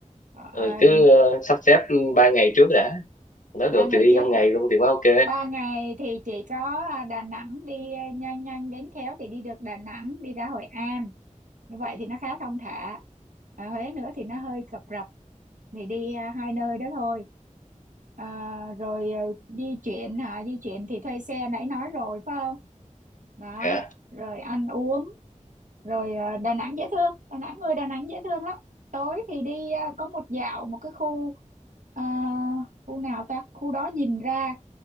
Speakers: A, on the right; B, on the left.
A: ờ à,
B: Rồi cứ ờ, sắp xếp ba ngày trước đã nếu
A: ba
B: được
A: ngày
B: thì đi
A: trước
B: 5 ngày luôn thì quá ok
A: Ba ngày thì chỉ có à, Đà Nẵng đi à, nhanh nhanh đến khéo thì đi được Đà Nẵng đi ra Hội An như vậy thì nó khá thong thả ở Huế nữa thì nó hơi cập rập thì đi à, hai nơi đó thôi à, rồi à, di chuyển hả di chuyển thì thuê xe nãy nói rồi phải không đó
B: dạ
A: rồi ăn uống rồi à, Đà Nẵng dễ thương Đà Nẵng người Đà Nẵng dễ thương lắm tối thì đi à, có một dạo một cái khu à, khu nào ta khu đó nhìn ra